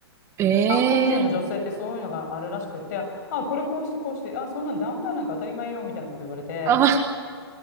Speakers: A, on the right; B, on the left.
A: ええ
B: 韓国人の女性ってそういうのがあるらしくって、あ、これこうしてこうして、あ、そんなんダウンタウンなんか当たり前よ、みたいなこと言われて、
A: あ、